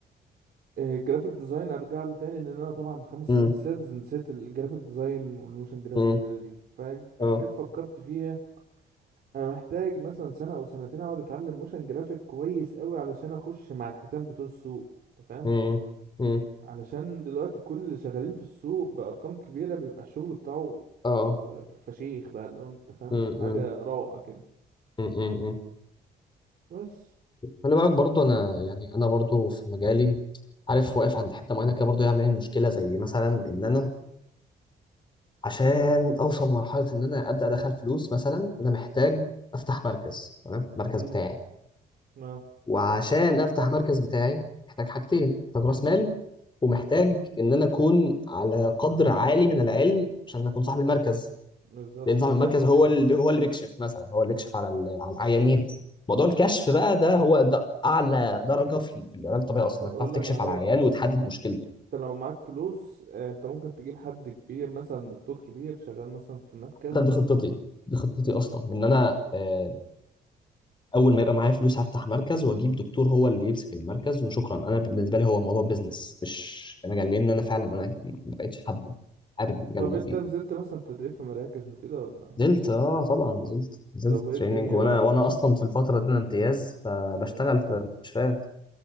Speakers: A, on the right (about 65°); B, on the left (about 30°).
A: جرافيك ديزاين ارجع له تاني لان انا طبعا خمس
B: امم
A: سنين سيلز نسيت الجرافيك ديزاين والموشن جرافيك
B: امم
A: والليلة دي فجيت
B: اه
A: فكرت فيها انا محتاج مثلا سنة او سنتين اقعد اتعلم موشن جرافيك كويس قوي علشان اخش مع الحيتان بتوع السوق انت فاهم
B: امم امم
A: علشان دلوقتي كل اللي شغالين في السوق بأرقام كبيرة بيبقى الشغل بتاعه
B: اه
A: آه، فشيخ بقى اللي هو انت فاهم
B: امم
A: حاجة روعة كده
B: امم
A: بس
B: خلي بالك برضو انا يعني انا برضو في مجالي عارف واقف عند حته معينه كده برضو هي عامله لي مشكله زي مثلا ان انا عشان اوصل لمرحله ان انا ابدا ادخل فلوس مثلا انا محتاج افتح مركز تمام المركز
A: امم
B: بتاعي
A: اه
B: وعشان افتح مركز بتاعي محتاج حاجتين محتاج راس مال ومحتاج ان انا اكون على قدر عالي من العلم عشان اكون صاحب المركز
A: بالظبط
B: لان صاحب
A: انت
B: المركز هو اللي هو اللي بيكشف مثلا هو اللي بيكشف على ال- على العيانين موضوع الكشف بقى ده هو ده اعلى درجه في في العلاج الطبيعي اصلا
A: اقول
B: انك تعرف تكشف
A: لك على حاجة
B: على العيان وتحدد مشكلته
A: انت لو معاك فلوس آه، انت ممكن تجيب حد كبير مثلا دكتور كبير شغال مثلا في مركز
B: ده دي خطتي دي خطتي اصلا ان انا آه، اول ما يبقى معايا فلوس هفتح مركز واجيب دكتور هو اللي يمسك المركز وشكرا انا بالنسبه لي هو موضوع بيزنس مش مجال لان انا فعلا انا ما بقتش حابه حابب المجال
A: طب
B: اللي انا
A: انت
B: فيه
A: نزلت مثلا تدريب في مراكز وكده ولا
B: نزلت اه طبعا نزلت نزلت
A: طب وايه الدنيا
B: تريننج وانا
A: بقى
B: وانا اصلا في الفتره دي انا امتياز فبشتغل
A: امم
B: في مستشفيات